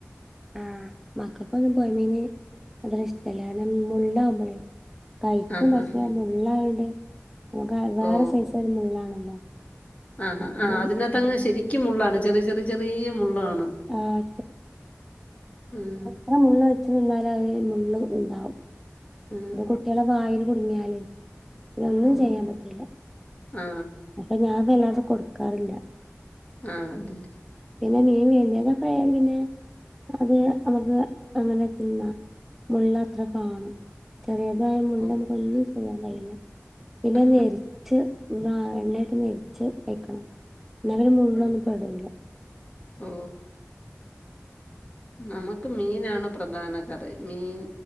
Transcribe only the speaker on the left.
ആ ഹാ
ഹാ
ഓ
ആഹാ
ആഹ് അതിനകത്തങ്ങ്
ശരിക്കും മുള്ളാണ് ചെറിയ ചെറ ചെറി ചെറിയ മുള്ളാണ്
ആഹ്
ആ.
ഓഹോ!
ആ.
ആഹ് അതെ
ഓ!
ആ.
ഓ നമുക്ക് മീനാണ് പ്രധാന കറി മീൻ